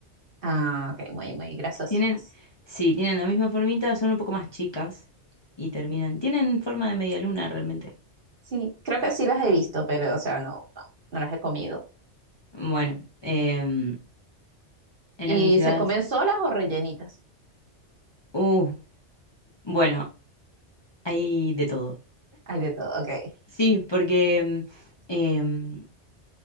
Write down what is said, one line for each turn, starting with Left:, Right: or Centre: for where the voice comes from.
Right: Ah, ok, muy, muy grasositas.
Left: Tienen, sí, tienen la misma formita, son un poco más chicas y terminan, tienen forma de media luna realmente.
Right: Sí, creo que sí las he visto, pero, o sea, no, no, no las he comido.
Left: Bueno, em, en esas
Right: ¿Y
Left: ciudades,
Right: se comen solas o rellenitas?
Left: uh, bueno, hay de todo.
Right: Hay de todo, ok.
Left: Sí, porque em, em,